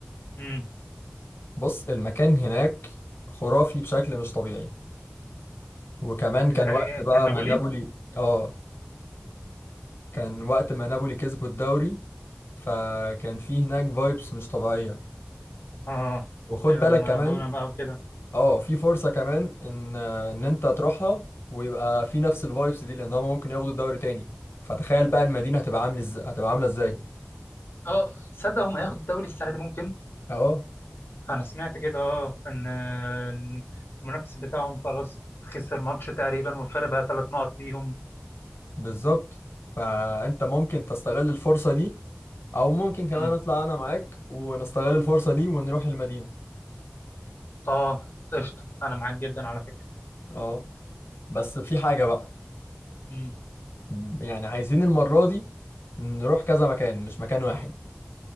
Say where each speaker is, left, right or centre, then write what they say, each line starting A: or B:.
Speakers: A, on the left; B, on the left.
A: امم
B: بص المكان هناك خرافي بشكل مش طبيعي وكمان كان
A: زي
B: وقت بقى
A: كان نابولي
B: ما كمان نابولي اه كان وقت ما نابولي كسبوا الدوري فكان في هناك فايبس مش طبيعية
A: اه
B: وخد
A: آه،
B: بالك
A: مارادونا
B: كمان
A: بقى وكده
B: اه في فرصة كمان ان ان
A: مم.
B: انت تروحها ويبقى في نفس الفايبس دي لان هما ممكن ياخدوا الدوري تاني فتخيل بقى المدينة هتبقى عامل ازاي هتبقى عاملة ازاي
A: اه تصدق هم هياخدوا الدوري السنه دي ممكن
B: اه
A: انا سمعت كده اه ان آه، إن المنافس بتاعهم خلاص خسر ماتش تقريبا والفرق بقى ثلاث نقط ليهم
B: بالظبط فانت ممكن تستغل الفرصة دي او ممكن كمان
A: مم.
B: اطلع انا معاك ونستغل الفرصة دي ونروح المدينة
A: اه قشطه انا معاك جدا على فكره
B: اه بس في حاجة بقى
A: مم.
B: م- يعني عايزين المرة دي نروح كذا مكان مش مكان واحد